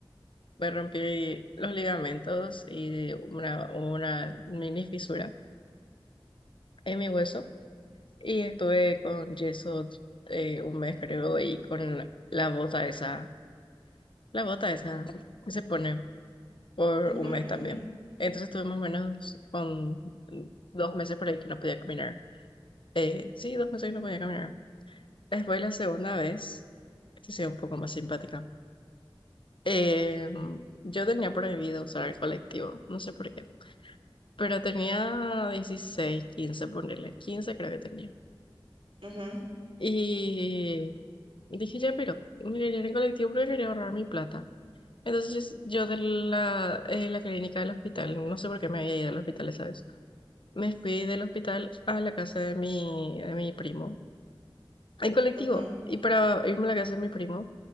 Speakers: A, on the left; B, on the right.
A: me rompí los ligamentos y una, una mini fisura en mi hueso. Y estuve con yeso eh, un mes, creo, y con la bota esa, la bota esa que se pone por
B: Ujú,
A: un mes también. Entonces estuve más o menos con dos meses por ahí que no podía caminar. Eh, sí, dos meses que no podía caminar. Después la segunda vez, esta sí es un poco más simpática. Eh, yo tenía prohibido usar el colectivo, no sé por qué, pero tenía 16 15 ponerle 15 creo que tenía.
B: ujú,
A: Y dije, ya, pero me iré en el colectivo porque quería ahorrar mi plata. Entonces yo de la, eh, la clínica del hospital, no sé por qué me había ido al hospital esa vez, me fui del hospital a la casa de mi, de mi primo, en colectivo.
B: ujú, ujú.
A: Y para irme a la casa de mi primo,